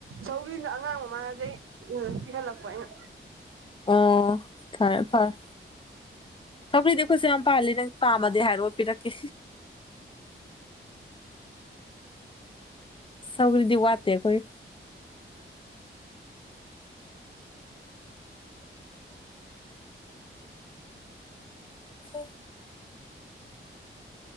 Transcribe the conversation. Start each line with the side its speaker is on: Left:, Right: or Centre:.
Right: ꯁꯧꯒꯔꯤꯗꯣ ꯑꯉꯥꯡ ꯃꯃꯥꯗꯩ ꯄꯤꯍꯜꯂꯛꯄ ꯑꯩꯅ꯫
Left: ꯑꯣ ꯐꯔꯦ ꯐꯔꯦ꯫ ꯁꯧꯒꯔꯤꯗꯤ ꯑꯩꯈꯣꯏꯁꯨ ꯌꯥꯝ ꯄꯥꯜꯂꯤ ꯅꯪ ꯄꯥꯝꯃꯗꯤ ꯍꯥꯏꯔꯛꯑꯣ ꯄꯤꯔꯛꯀꯦ꯫ ꯁꯧꯒꯔꯤꯗꯤ ꯋꯥꯇꯦ ꯑꯩꯈꯣꯏ꯫ <unintelligible>